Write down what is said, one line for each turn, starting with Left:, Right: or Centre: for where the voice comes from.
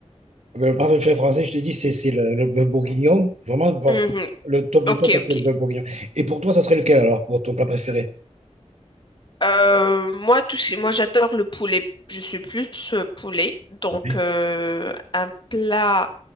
Right: mais Le parfait fait français, je te dis, c'est c'est le, le bœuf bourguignon. Vraiment, bon,
Left: Mhm.
Right: le top du
Left: Ok,
Right: top, ça
Left: ok.
Right: serait le bœuf bourguignon. Et pour toi, ça serait lequel alors, pour ton plat préféré?
Left: Euh, moi, tout ce- moi, j'adore le poulet. Je suis plus euh, poulet. Donc,
Right: Ouais.
Left: euh, un plat